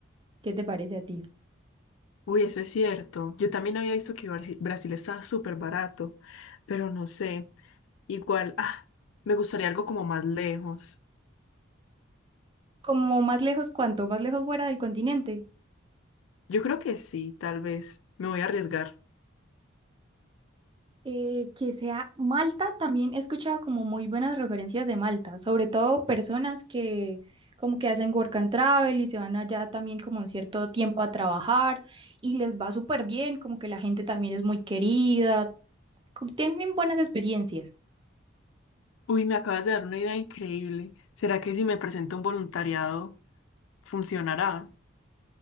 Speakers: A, on the right; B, on the left.
A: ¿Qué te parece a ti?
B: Uy, eso es cierto. Yo también había visto que Barci- Brasil está súper barato, pero no sé. Igual, ah, me gustaría algo como más lejos.
A: como más lejos, ¿cuánto? Más lejos fuera del continente.
B: Yo creo que sí, tal vez. Me voy a arriesgar.
A: Eh, que sea Malta, también he escuchado como muy buenas referencias de Malta, sobre todo personas que como que hacen work and travel y se van allá también como un cierto tiempo a trabajar y les va súper bien, como que la gente también es muy querida, co- tienen buenas experiencias.
B: Uy, me acabas de dar una idea increíble. ¿Será que si me presento a un voluntariado, funcionará?